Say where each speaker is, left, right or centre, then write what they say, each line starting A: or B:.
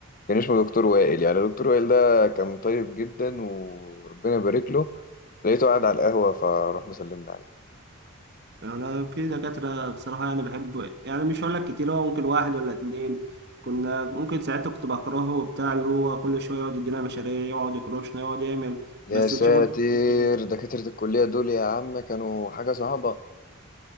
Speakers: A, on the left (about 40°); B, on the right (about 50°).
A: كان اسمه دكتور وائل يعني دكتور وائل ده كان طيب جدا وربنا يبارك له لقيته قاعد على القهوة فروحنا سلمنا عليه
B: انا في دكاترة بصراحة يعني بحب يعني مش هقول لك كتير هو ممكن واحد ولا اتنين كنا ممكن ساعتها كنت بكرهه وبتاع اللي هو كل شوية يقعد يدينا مشاريع يقعد يكروشنا يقعد يعمل
A: يا
B: بس
A: ساتر
B: بتشوفه كتير.
A: دكاترة الكلية دول يا عم كانوا حاجة صعبة